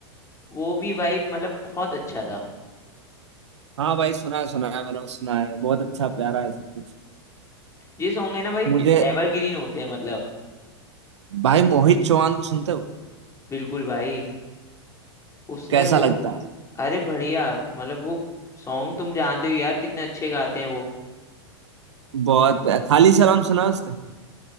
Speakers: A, on the left; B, on the right.
A: वो भी भाई मतलब बहुत अच्छा था
B: हाँ भाई सुना है सुना है मैंने सुना है बहुत अच्छा प्यारा है सब कुछ
A: ये सॉन्ग है ना भाई
B: मुझे
A: एवरग्रीन होते हैं मतलब
B: भाई मोहित चौहान को सुनते हो
A: बिल्कुल भाई उसने
B: कैसा
A: वो
B: लगता है
A: अरे बढ़िया मतलब वो सॉन्ग तुम जानते हो यार कितने अच्छे गाते हैं वो
B: बहुत खाली सलाम सुना है उसका